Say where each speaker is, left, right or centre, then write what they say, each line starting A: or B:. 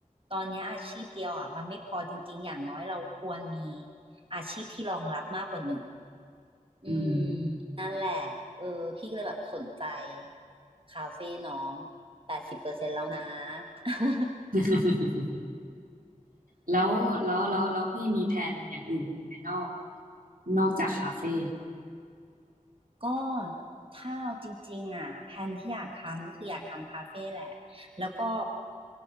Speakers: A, on the right; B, on the right.
A: ตอนเนี้ยอาชีพเดียวอ่ะมันไม่พอจริงๆอย่างน้อยเราควรมีอาชีพที่รองรับมากกว่าหนึ่ง อืม
B: อืม
A: นั่นแหละเออพี่ก็เลยแบบสนใจคาเฟ่น้องแปดสิบเปอร์เซ็นต์แล้วนะ <laughs>
B: <laughs> แล้วแล้วแล้วแล้วพี่มีแผนอย่างอื่นอีกไหมนอกนอกจากคาเฟ่
A: ก็ถ้าเอาจริงๆอ่ะแพลนที่อยากทำก็คืออยากทำคาเฟ่แหละแล้วก็